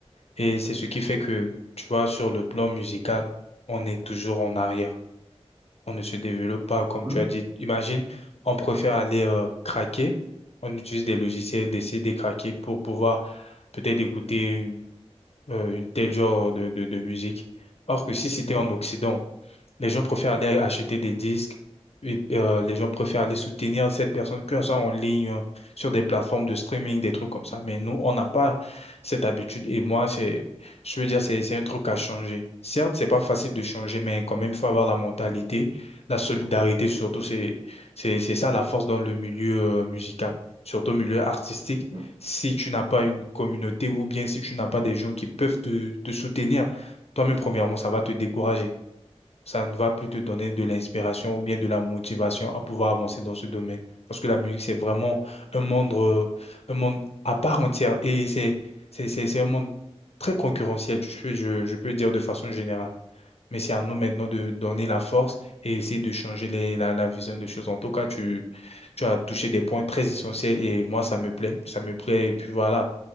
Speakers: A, on the left; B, on the right.
A: Et c'est ce qui fait que, tu vois, sur le plan musical, on est toujours en arrière. On ne se développe pas, comme
B: Oui.
A: tu as dit. Imagine, on préfère aller euh, craquer. On utilise des logiciels, des CD craqués pour pouvoir peut-être écouter euh, une telle genre de, de, de musique. Or que si c'était
B: oui.
A: en Occident, les gens préfèrent aller acheter des disques. et, euh, les gens préfèrent aller soutenir cette personne, que ça soit en ligne, euh, sur des plateformes de streaming, des trucs comme ça. Mais nous, on n'a pas cette habitude. Et moi, c'est, je veux dire, c'est, c'est un truc à changer. Certes, c'est pas facile de changer, mais quand même, il faut avoir la mentalité, la solidarité surtout. C'est, c'est, c'est ça la force dans le milieu euh, musical, surtout au milieu artistique.
B: D'accord.
A: Si tu n'as pas une communauté ou bien si tu n'as pas des gens qui peuvent te, te soutenir, toi-même, premièrement, ça va te décourager ça ne va plus te donner de l'inspiration ou bien de la motivation à pouvoir avancer dans ce domaine. Parce que la musique, c'est vraiment un monde, euh, un monde à part entière et c'est, c'est, c'est, c'est un monde très concurrentiel, je peux, je, je peux dire de façon générale. Mais c'est à nous maintenant de donner la force et essayer de changer les, la, la vision des choses. En tout cas, tu, tu as touché des points très essentiels et moi, ça me plaît. Ça me plaît. Et puis voilà,